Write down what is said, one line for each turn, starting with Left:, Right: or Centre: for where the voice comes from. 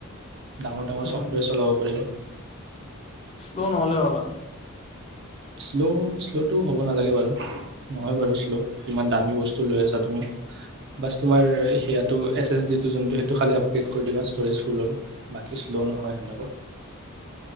Right: ডাঙৰ ডাঙৰ
Left: উম
Right: চফ্টৱেৰ চলাব পাৰিবা
Left: শ্ল নহ'লে হলা আ
Right: শ্ল' শ্ল'টো হ'ব নালাগে বাৰু নহয় বাৰু শ্ল' ইমান দামী বস্তু লৈ আছা তুমি বাছ তোমাৰ সেয়াটো এছ এছ ডিটো যোনটো সেইটো খালী আপগ্ৰেড কৰি দিবা ষ্ট'ৰেজ ফুল হ'ল বাকী ল' নহয় হেনেকুৱা